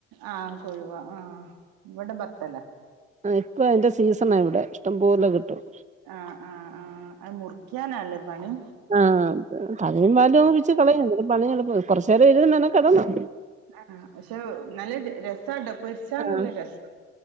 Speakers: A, on the right; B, on the right.
A: ആഹ് കൊഴുവ ആഹ് ഇവിടെ ബത്തല
B: ആഹ് ഇപ്പൊ അതിന്റെ സീസണാ ഇവിടെ ഇഷ്ടംപോലെ കിട്ടും
A: ആഹ് ആഹ് ആഹ് അത് മുറിക്ക്യാനല്ലേ പണി
B: ആഹ് തലയും വാലും അങ്ങ് പിച്ചി കളയും എന്നാലും പണിഎളുപ്പമാ കൊറച്ച് നേരം ഇരുന്ന് മെനകെടണം
A: ആഹ് പക്ഷെ നല്ല രസാട്ടോ പൊരിച്ചാ
B: ആഹ്
A: നല്ല രസം